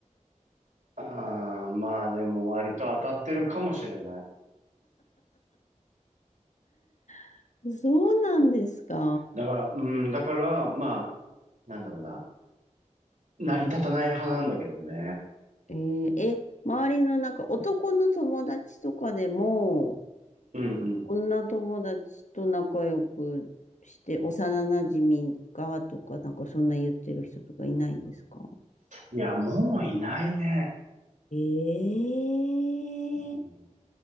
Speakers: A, on the right; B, on the left.
A: ああまあでも割と当たってるかもしれない。
B: <laughs> そうなんですか。
A: だから、うん、だから、まあ、なんだろうな。成り立たない派なんだけどね。
B: えーえ、周りのなんか男の友達とかでも、
A: うんうん。
B: 女友達と仲良くして、幼馴染がとか、なんかそんな言ってる人とかいないんですか
A: いや、もういないね。
B: ええ
A: うん